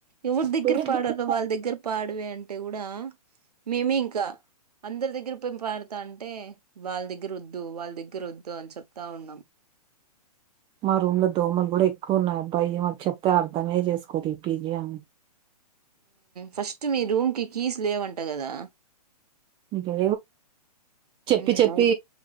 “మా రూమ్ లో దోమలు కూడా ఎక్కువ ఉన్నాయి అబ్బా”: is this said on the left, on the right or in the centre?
Right